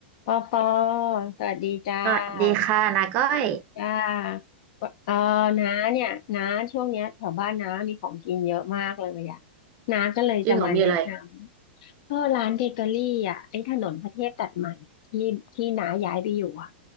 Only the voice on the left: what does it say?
ปอปอสวัสดีจ้า
จ้าเออน้าเนี่ย น้าช่วงเนี้ยแถวบ้านน้ามีของกินเยอะมากเลยอ่ะน้าก็เลยจะมาแนะน
ำเออร้านเบเกอรี่อ่ะไอ้ถนนพระเทพตัดใหม่ที่ที่น้าย้ายไปอยู่อ่ะ